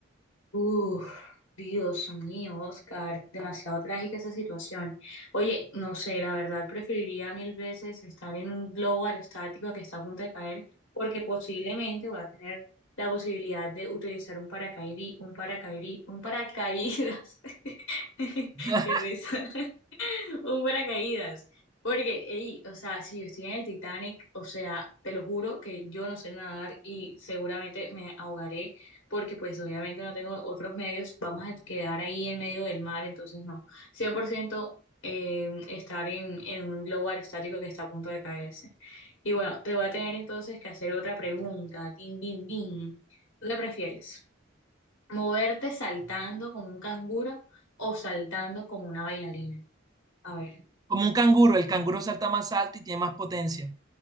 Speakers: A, on the left (about 75°); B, on the right (about 20°).
A: Uf, Dios mío, Oscar, demasiado trágica esa situación. Oye, no sé, la verdad preferiría mil veces estar en un globo aerostático que está a punto de caer, porque posiblemente voy a tener la posibilidad de utilizar un paracaidí, un paracaidí, un paracaídas. <laughs>
B: <laughs>
A: Qué risa. Un paracaídas. Porque, ey, o sea, si yo estoy en el Titanic, o sea, te lo juro que yo no sé nadar y seguramente me ahogaré porque pues obviamente no tengo otros medios, vamos a quedar ahí en medio del mar, entonces no. 100% eh, estar en, en un globo aerostático que está a punto de caerse. Y bueno, te voy a tener entonces que hacer otra pregunta. Din, din, din. ¿Tú qué prefieres? ¿Moverte saltando como un canguro o saltando como una bailarina? A ver.
B: Como un canguro, el canguro salta más alto y tiene más potencia.